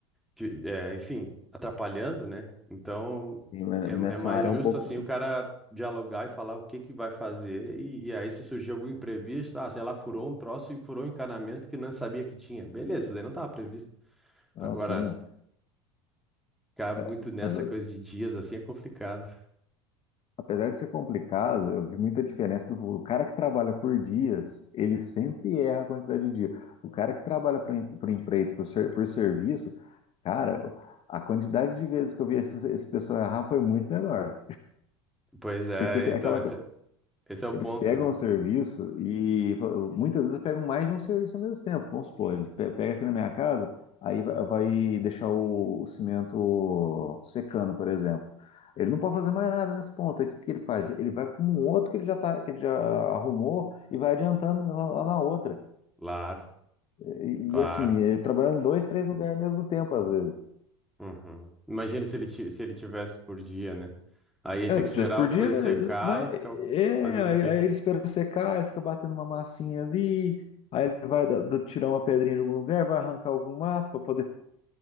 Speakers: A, in the centre; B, on the left.
A: te- é, enfim, atrapalhando, né? Então
B: Sim, mas
A: é, é
B: Nessa
A: mais
B: área
A: justo
B: é um pouco.
A: assim o cara dialogar e falar o que que vai fazer e, e aí se surgir algum imprevisto, ah, sei lá, furou um troço e furou um encanamento que não sabia que tinha. Beleza, isso daí não estava previsto.
B: Não,
A: Agora
B: sim.
A: Ficar muito
B: É,
A: nessa
B: mas eu-
A: coisa de dias assim é complicado.
B: apesar de ser complicado, eu vi muita diferença do o cara que trabalha por dias, ele sempre erra a quantidade de dia O cara que trabalha por, em- por empreito, por, ser, por serviço, cara, a quantidade de vezes que eu vi esse, esse pessoal errar foi muito menor.
A: Pois é,
B: Porque
A: então,
B: é aquela,
A: esse, é- esse é o
B: Eles
A: ponto,
B: pegam
A: né?
B: o serviço e fa- muitas vezes pegam mais de um serviço ao mesmo tempo. Vamos supor, ele pe- pega aqui na minha casa, aí va- vai deixar o, o cimento secando, por exemplo. Ele não pode fazer mais nada nesse ponto. Aí o que que ele faz? Ele vai com um outro que ele já tá, que ele já arrumou e vai adiantando lá lá na outra.
A: Claro,
B: E,
A: claro.
B: e assim, ele trabalhando em dois, três lugares ao mesmo tempo, às vezes.
A: Uhum. Imagina se ele, ti- se ele tivesse por dia, né? Aí ia
B: É,
A: ter que
B: se
A: esperar
B: tivesse por
A: a
B: dia,
A: coisa
B: eh,
A: secar
B: não,
A: e
B: é,
A: ficar
B: é,
A: fazendo
B: aí,
A: o quê?
B: aí ele espera secar, ele fica batendo uma massinha ali, aí ele vai da- da- tirar uma pedrinha de algum lugar, vai arrancar algum mato para poder